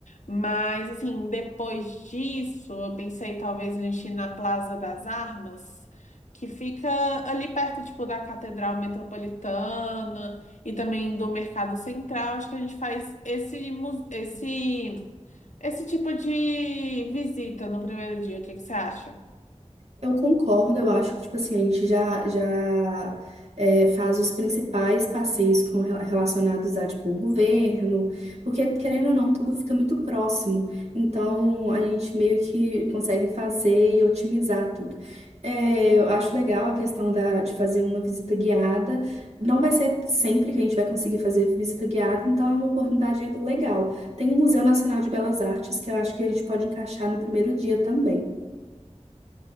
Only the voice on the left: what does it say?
Mas, assim, depois disso, eu pensei talvez a gente ir na Plaza das Armas, que fica ali perto, tipo, da Catedral Metropolitana e também do Mercado Central. Acho que a gente faz esse, mu- esse, esse tipo de visita no primeiro dia. O que que você acha?